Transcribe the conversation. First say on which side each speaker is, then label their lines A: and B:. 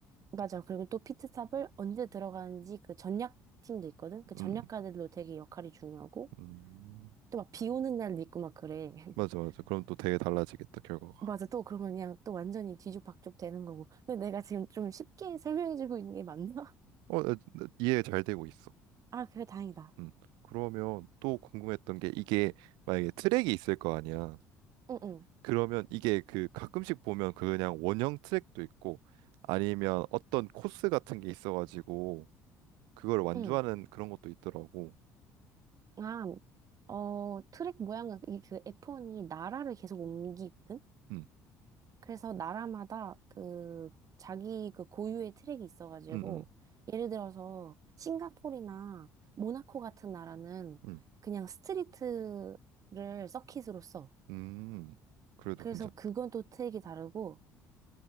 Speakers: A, on the right; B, on the right.
A: 맞아. 그리고 또 피트스탑을 언제 들어가는지 그 전략 팀도 있거든. 그 전략가들도
B: 음,
A: 되게 역할이 중요하고
B: 음.
A: 또 막 비 오는 날도 있고 막 그래. <laughs>
B: 맞아, 맞아. 그럼 또 되게 달라지겠다, 결과가.
A: 맞아. 또 그러면 그냥 또 완전히 뒤죽박죽 되는 거고. 근데 내가 지금 좀 쉽게 <laughs> 설명해주고 있는 게 맞나?
B: 어, 나- 나 이해 잘 되고 있어.
A: <laughs> 아, 그래 다행이다.
B: 음. 그러면 또 궁금했던 게 이게 만약에 트랙이 있을 거 아니야.
A: 응응. 응.
B: 그러면 이게 그 가끔씩 보면 그 그냥 원형 트랙도 있고 아니면 어떤 코스 같은 게 있어가지고 그걸 완주하는
A: 응.
B: 그런 것도 있더라고.
A: 아, 어 트랙 모양은 이 그 F1이 나라를 계속 옮기거든.
B: 음,
A: 그래서 나라마다 그 자기 그 고유의 트랙이 있어가지고
B: 음, 음,
A: 예를 들어서 싱가포르나 모나코 같은 나라는
B: 음,
A: 그냥 스트리트를 서킷으로 써.
B: 음. 그래도
A: 그래서
B: 괜찮.
A: 그건 또 트랙이 다르고